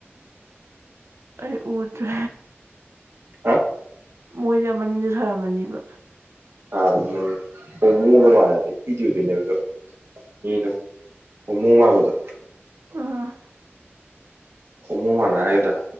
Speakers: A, on the right (about 85°); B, on the right (about 65°).
A: ꯑꯩ ꯎꯖꯦ
B: ꯍꯥ
A: ꯃꯣꯏꯗꯤ ꯑꯃꯅꯤꯁꯨ ꯁꯥꯔꯝꯃꯅꯤꯕ
B: ꯍꯥꯥ ꯃꯅꯤ ꯃꯒ
A: ꯍꯣꯏ
B: ꯃꯥꯅ ꯀꯤꯖꯗꯨꯅꯦꯗꯣ ꯎꯗ ꯍ ꯃꯣ ꯃꯥꯒꯗ
A: ꯎꯝ
B: ꯍꯃꯨ ꯃꯥꯟꯕ ꯍꯥꯏꯒꯗ꯭ꯔꯥ